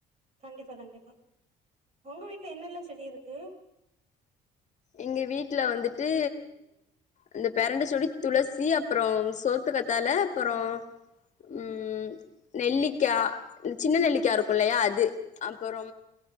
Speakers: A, on the right (about 40°); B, on the left (about 45°).
A: கண்டிப்பா கண்டிப்பா உங்க வீட்ல என்னெல்லா செடி இருக்கு
B: எங்க வீட்ல வந்துட்டு இந்த பெரண்ட செடி துளசி அப்புறோ சோத்து கத்தால அப்புறோ உ நெல்லிக்கா சின்ன நெல்லிக்கா இருக்கும் இல்லியா அது அப்புறோ